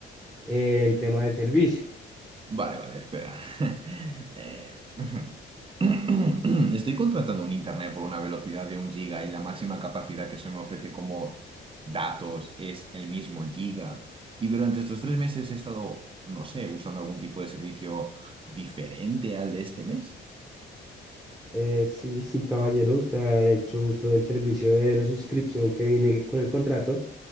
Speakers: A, in the centre; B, on the right.
A: eh, el tema del servicio.
B: Vale, vale, espera. <laughs> Eh, <clears throat> Estoy contratando un internet por una velocidad de un giga y la máxima capacidad que se me ofrece como datos es el mismo giga. Y durante estos tres meses he estado, no sé, usando algún tipo de servicio diferente al de este mes.
A: Eh, sí, sí, caballero, usted ha hecho uso del servicio de la suscripción que viene con el contrato.